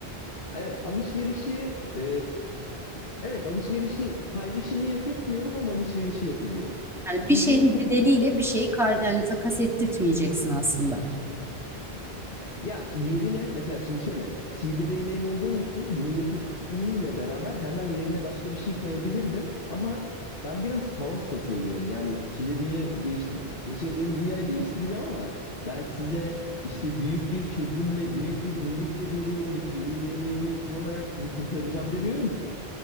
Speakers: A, on the left (about 60°); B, in the centre.
A: E, Alışverişi e, evet alışverişi paylaşımı yok etmiyorum ama alışverişi yok ediyorum.
B: yani
A: Çünkü
B: bir şeyin bedeliyle bir şeyi kar, yani takas ettirtmeyeceksin aslında.
A: Ya yerine mesela şimdi şöyle sihirli değneğim olduğum için bunu yok ettiğimle beraber hemen yerine başka bir şey koyabilirdim. Ama ben biraz kaos da seviyorum. Yani içinde dünya değişti, yaşadığım dünyayı değiştireceğim ama ben size işte büyük bir çözümle, büyük bir iyilikle geliyorum. Sihirli değneğimi kullanarak sizi kurtaracağım demiyorum ki.